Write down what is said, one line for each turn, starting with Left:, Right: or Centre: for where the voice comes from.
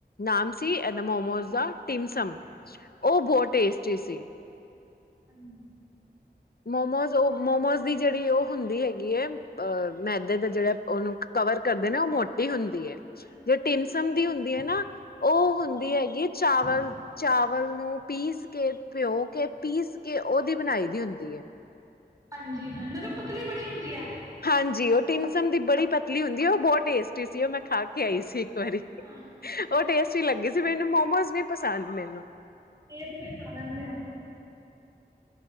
Left: ਨਾਮ ਸੀ ਮੋਮੋਸ
Right: ਹਾਂਜੀ,
Left: ਦਾ
Right: ਹਾਂਜੀ,
Left: ਟਿਮਸਮ
Right: ਹਾਂਜੀ,
Left: ਉਹ ਬਹੁਤ ਟੇਸਟ ਟੀਸੀ
Right: <unintelligible>
Left: ਮੋਮੋਜ਼ ਉਹ ਮੋਮੋਜ਼ ਦੀ ਜਿਹੜੀ ਉਹ ਹੁੰਦੀ ਹੈਗੀ ਹੈ ਅ ਮੈਦੇ ਦਾ ਜਿਹੜਾ ਉਹਨੂੰ ਕਵਰ ਕਰਦੇ
Right: ਹਾਂਜੀ,
Left: ਨੇ ਉਹ ਮੋਟੀ ਹੁੰਦੀ ਹੈ
Right: ਹਾਂਜੀ,
Left: ਜੋ ਟਿਮਸਮ
Right: ਹਾਂਜੀ ਉਹ ਬਹੁਤ
Left: ਦੀ ਹੁੰਦੀ ਹੈ ਨਾ ਉਹ
Right: ਬਹੁਤ
Left: ਹੁੰਦੀ
Right: ਪਤਲੀ
Left: ਹੈਗੀ ਹੈ
Right: ਹੁੰਦੀ
Left: ਚਾਵਲ ਚਾਵ ਚਾਵਲ ਨੂੰ ਪੀਸ ਕੇ ਪਿਓ ਕੇ ਪੀਸ ਕੇ ਉਹਦੀ ਬਣਾਈ ਦੀ ਹੁੰਦੀ ਦੀ ਹੈ
Right: ਹਾਂਜੀ ਹ ਮਤਲਬ ਪਤਲੀ ਬੜੀ ਹੁੰਦੀ ਹੈ
Left: ਹਾਂਜੀ ਉਹ ਟਿਮਸਮ ਦੀ ਬੜੀ ਪਤਲੀ ਹੁੰਦੀ ਉਹ ਬਹੁਤ ਟੇਸਟੀ ਸੀ ਉਹ ਮੈਂ ਖਾ ਕੇ ਆਈ ਸੀ ਵਾਰੀ
Right: ਟੇਸਟ
Left: ਉਹ ਟੇਸਟ ਹੀ ਲੱਗੇ ਮੈਨੂੰ ਮੋਮੋਸ ਨੀ ਪਸੰਦ ਮੈਨੂੰ
Right: ਇਹ ਅਸੀਂ ਫਾਹਾ ਲਿਆ